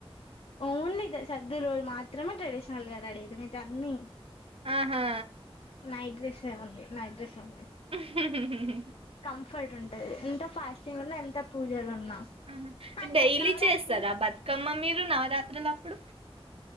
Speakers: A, on the left; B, on the right.
A: ఓన్లీ సర్దు రోల్ మాత్రమే ట్రెడిషనల్ గా రెడీ అయితాం ఇక అన్ని
B: ఆహా!
A: నైట్ డ్రెస్ అవం నైట్ డ్రెస్ అ
B: హుహుహు
A: కంఫర్ట్ ఉంటది ఎంత ఫాస్టింగ్ ఉన్నా ఎంత పూజలు ఉన్నా
B: ఉహూ
A: అన్న
B: డైలీ
A: నవరాత్రిలు
B: చేస్తారా బతుకమ్మ మీరు నవరాత్రులప్పుడు